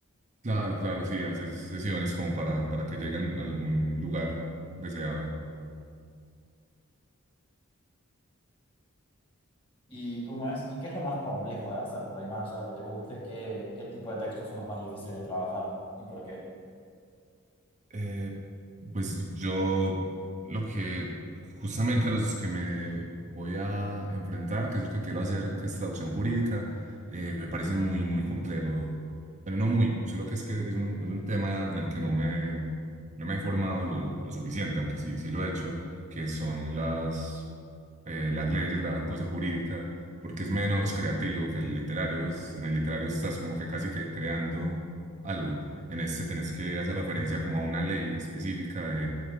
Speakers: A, on the right (about 35°); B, on the left (about 25°).
A: Claro, claro, sí, haces sesiones como para, para que llegue al- a algún lugar deseado.
B: ¿Y cómo es? ¿Y qué es lo más complejo de hacer por ahí, más allá de lo que te guste? ¿Qué, qué tipo de textos son los más difíciles de trabajar? ¿Y por qué?
A: Eh, pues yo lo que justamente a los que me voy a enfrentar, que es lo que quiero hacer, que es traducción jurídica, eh, me parece muy, muy complejo. Pero no muy, solo que es que es un, es un tema en el que no me, no me he formado lo, lo suficiente, aunque sí, sí lo he hecho, que son las, eh, las leyes, la cosa jurídica, porque es menos creativo que el literario. Es, en el literario estás como que casi que creando algo. En este tenés que hacer referencia como a una ley específica de,